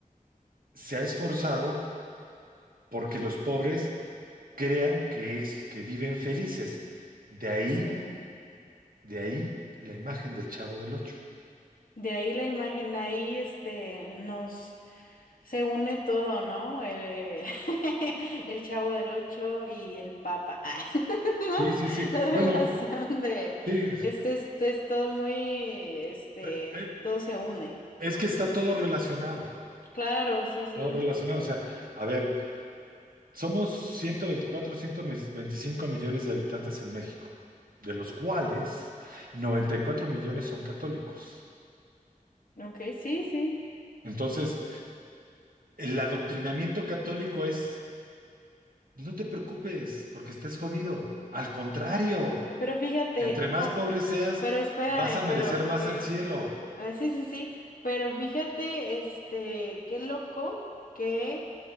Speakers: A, on the right (about 80°); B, on the left (about 75°).
A: se ha esforzado porque los pobres crean que es que viven felices. De ahí,
B: Sí,
A: de ahí la imagen del Chavo del Ocho.
B: de ahí la imagen, de ahí este nos se une todo, ¿no? El, <laughs> el Chavo del Ocho y el Papa, <laughs> Ah,
A: Sí,
B: ¿no?
A: sí, sí.
B: La relación
A: Bueno,
B: de
A: sí,
B: este, este es todo muy, este,
A: eh, eh,
B: todo se une.
A: eh, es que está todo relacionado,
B: Claro, sí, sí.
A: todo relacionado. O sea, a ver, Somos 124, 125 millones de habitantes en México, de los cuales 94 millones son católicos.
B: Ok, sí, sí.
A: Entonces, el adoctrinamiento católico es, no te preocupes porque estés jodido. Al contrario,
B: Pero fíjate,
A: entre más
B: po-
A: pobre seas,
B: pero espérame,
A: vas a merecer
B: pero
A: más
B: ok.
A: el cielo.
B: Ah, sí, sí, sí, pero fíjate, este, qué loco que